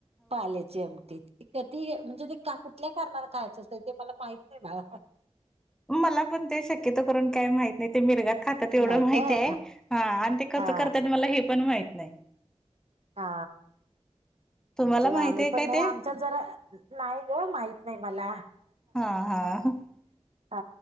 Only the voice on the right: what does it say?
पाल्याची आमटी कधी म्हणजे ते का कुठल्या कारणाला खायाचं असतय ते मला माहित नाही बाळ
नाही
काय
हा
हा
म्हणजे
आम्ही
पण
नाही
आमच्यात जरा नाही ग माहित नाही मला
अ